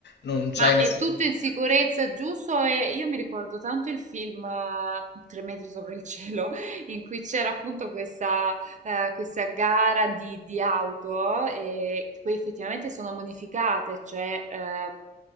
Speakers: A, on the left (about 75°); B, on the right (about 45°).
A: Non c'hai
B: Ma
A: nessuno.
B: è tutto in sicurezza, giusto? E io mi ricordo tanto il film eh, Tre metri sopra il cielo, <laughs> in cui c'era appunto questa, eh, questa gara di, di auto e che poi effettivamente sono modificate, cioè ehm,